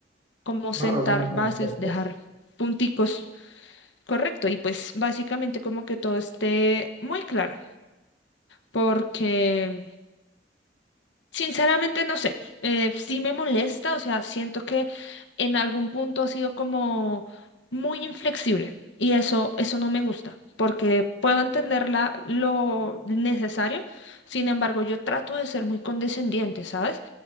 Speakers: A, on the left; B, on the right.
A: como sentar
B: Una reunión con
A: bases,
B: los jefes,
A: dejar punticos Correcto, y pues básicamente como que todo esté muy claro, porque Sinceramente no sé, eh, sí me molesta, o sea, siento que en algún punto ha sido como muy inflexible y eso, eso no me gusta, porque puedo entenderla lo necesario, sin embargo, yo trato de ser muy condescendiente, ¿sabes?